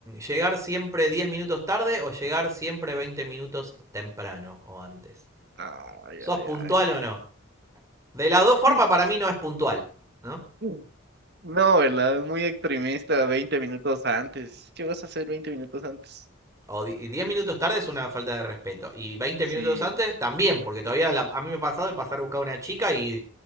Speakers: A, on the right; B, on the right.
A: llegar siempre 10 minutos tarde o llegar siempre 20 minutos temprano o antes.
B: Ay,
A: ¿Sos
B: ay,
A: puntual
B: ay.
A: o no? De las dos formas
B: Mm,
A: para mí no es puntual, ¿no?
B: mm. No, ¿verdad? Es muy extremista, veinte minutos antes. ¿Qué vas a hacer 20 minutos antes?
A: O 10 minutos tarde es una falta de respeto. Y veinte
B: Sí.
A: minutos antes también, porque todavía la- a mí me ha pasado de pasar a buscar a una chica y